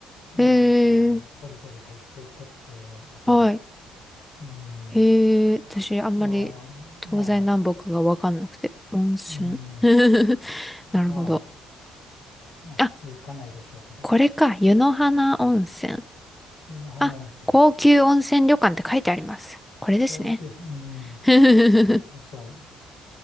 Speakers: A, on the left; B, in the centre.
A: 山の方へゴリゴリ入っていくっていうあたり。
B: えー、はい。
A: うん。
B: えー、私、あんまり
A: いやー、
B: 東西南北がわかんなくて。
A: まあ、
B: 温泉。
A: うん。
B: <laughs>
A: まあ、
B: なるほど。
A: まあ、普通行かないでしょうけど、
B: あ、これか。湯の花温泉。
A: 湯の花温泉。
B: あ、高級温泉旅館って書いてあります。これですね。
A: 高級、うん。
B: <laughs>
A: そうそう。